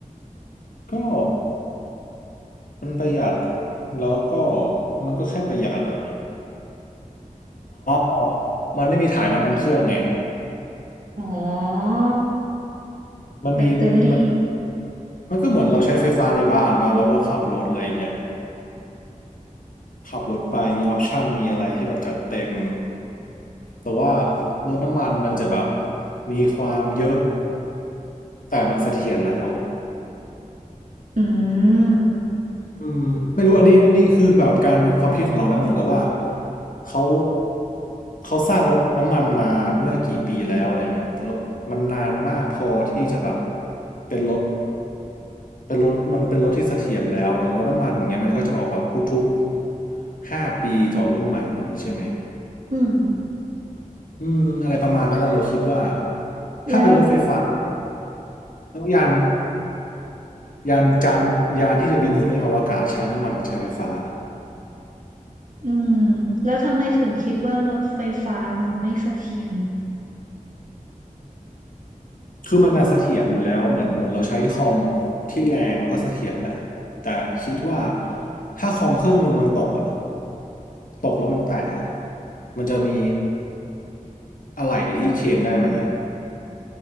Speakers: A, on the left; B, on the right.
A: ก็มันประหยัดแล้วก็มันก็แค่ประหยัดอะอ๋อมันไม่มีถ่ายน้ำมันเครื่องไง
B: อ๋อ
A: มันมีมันมัน
B: แบตเตอรี่
A: มันก็เหมือนเราใช้ไฟฟ้าในบ้านมาเราก็ขับรถอะไรอย่างเงี้ย ขับรถไปมีออปชันมีอะไรที่แบบจัดเต็มแต่ว่ารถน้ำมันมันจะแบบมีความเยอะแต่มันเสถียรแล้ว
B: อืม
A: อืมไม่รู้อันนี้นี่คือแบบการความคิดของเรานะเหมือนกับว่าเขาเขาสร้างรถน้ำมันมาเมื่อกี่ปีแล้วอะไรเงี้ยแต่รถมันนานมากพอที่จะแบบเป็นรถเป็นรถมันเป็นรถที่เสถียรแล้วอย่างรถน้ำมันอย่างเงี้ยมันก็จะออกแบบทุกๆห้าปีจะออกรุ่นใหม่อะไรอย่างงี้ใช่ไหม
B: อืม
A: อืมอะไรประมาณนั้นน่ะเราคิดว่าถ้าเป็นรถไฟฟ้า
B: แล้ว
A: แล้วยานยานจานยานที่จะบินขึ้นไปอวกาศใช้น้ำมันหรือใช้ไฟฟ้า
B: อืมแล้วทำไมถึงคิดว่ารถไฟฟ้ามันไม่เสถียร
A: คือมันน่ะเสถียรอยู่แล้วเหมือนเหมือนเราใช้คอมที่แรงมันก็เสถียรแหละแต่คิดว่าถ้าคอมเครื่องหนึ่งมันตกอ่ะตกแล้วมันแตกอ่ะมันจะมีอะไรที่เคลมได้ไหม